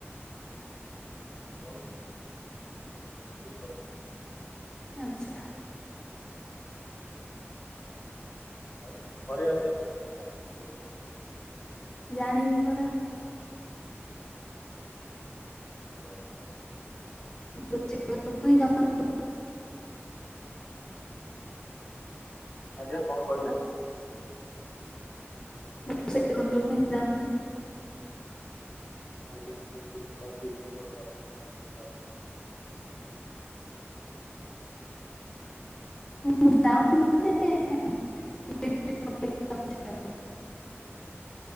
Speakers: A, on the left; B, on the left.
A: <inaudible>
B: ଆଚ୍ଛା।
A: ଆଉ ଘରେ ଆଜି ଆପଣଙ୍କର କଣ <unintelligible> ଅଛି।
B: ଜାଣିନି ପରା।
A: <inaudible>
B: <unintelligible>
A: ଆଜ୍ଞା କଣ କହିଲେ।
B: ମୁଁ ସେ ଘରକୁ ହିଁ ଯାଉନି।
A: ଆଜ୍ଞା ଆଜ୍ଞା ବୁଝିପାରୁଥିଲ ସେ ଘରକୁ ଆପଣ କଣ ପାଇଁ ଯାଉନାହାନ୍ତି।
B: ମୁ ଯାଉନି ମାନେ। <unintelligible>